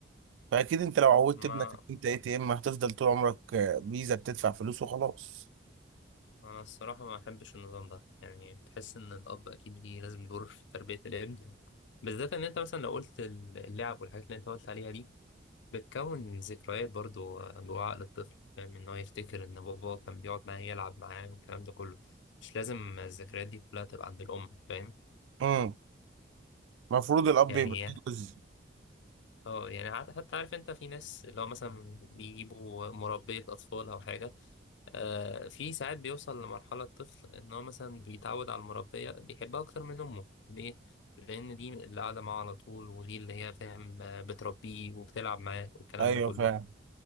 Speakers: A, on the right; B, on the left.
A: فاكيد انت لو عودت
B: ما
A: ابنك إن انت اي تي ام هتفضل طول عمرك آه، فيزا بتدفع فلوس وخلاص
B: أنا الصراحة ما أحبش النظام ده يعني بتحس إن الأب أكيد ليه لازم دور في تربية الابن بالذات إن أنت مثلا لو قلت اللعب والحاجات اللي أنت قلت عليها دي بتكون ذكريات برضو جوه عقل الطفل فاهم إن هو يفتكر إن بابا كان بيقعد معاه يلعب معاه والكلام ده كله مش لازم الذكريات دي كلها تبقى عند الأم فاهم
A: امم المفروض الاب
B: يعني
A: يبقى فيه جزء
B: اه يعني عاد- حتى عارف انت في ناس اللي هو مثلا بيجيبوا مربية أطفال أو حاجة آه في ساعات بيوصل لمرحلة الطفل إن هو مثلا بيتعود على المربية بيحبها أكتر من أمه ليه؟ لأن دي اللي قاعدة معاه على طول ودي اللي هي فاهم آه، بتربيه وبتلعب معاه والكلام
A: ايوه
B: ده كله
A: فاهم